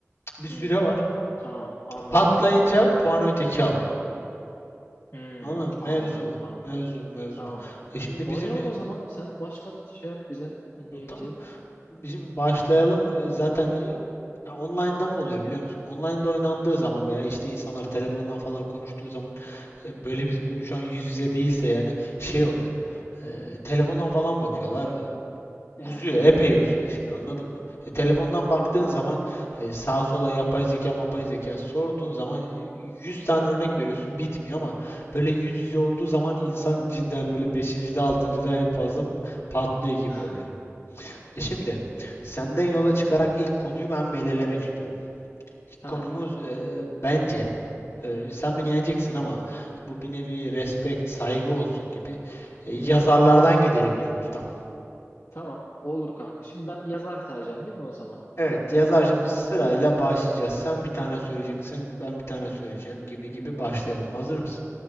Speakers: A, on the left (about 65°); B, on the left (about 85°).
A: bir süre
B: hmm.
A: var.
B: Tamam anladım
A: Patlayınca
B: anladım.
A: puanı öteki alıyor.
B: Hmm,
A: Anladın mı?
B: anladım
A: Mevzu bu.
B: kanka.
A: Mevzu bu, mevzu
B: Tamam.
A: bu. E şimdi
B: Oynayalım
A: bizim e,
B: o zaman. Sen başlat şey yap bize ince ince.
A: tamam mı? Bizim başlayalım. Ee, Zaten e, ya online'da ne oluyor biliyor musun? Online'da oynandığı zaman veya işte insanlar telefondan falan konuştuğu zaman e, böyle
B: Hmm.
A: bizim gibi şu an yüz yüze değilse yani şey oluyor. E, telefondan falan bakıyorlar. E, Uzuyor,
B: He.
A: epey uzuyor şimdi anladın mı? E, telefondan baktığın zaman e, sağa
B: Hı hı.
A: sola yapay zeka, mapay zeka sorduğun zaman e, 100 tane örnek veriyorsun bitmiyor ama böyle yüz yüze olduğu zaman insan cidden böyle beşinci de 6. da en fazla patlıyor gibi
B: <laughs>
A: oluyor. E şimdi senden yola çıkarak ilk konuyu ben belirlemek istiyorum. İlk
B: Tamam.
A: konumuz e, bence e, sen beni yeneceksin ama bu bir nevi respect, saygı olsun gibi e, yazarlardan
B: Eyvallah.
A: gidelim diyorum ustam.
B: Tamam. Olur kanka. Şimdi ben yazar sayacağım değil mi o zaman?
A: Evet, yazarcımız
B: Burada.
A: sırayla
B: Ha.
A: başlayacağız. Sen bir tane söyleyeceksin,
B: Hmm.
A: ben bir tane söyleyeceğim gibi
B: Hmm.
A: gibi başlayalım. Hazır mısın?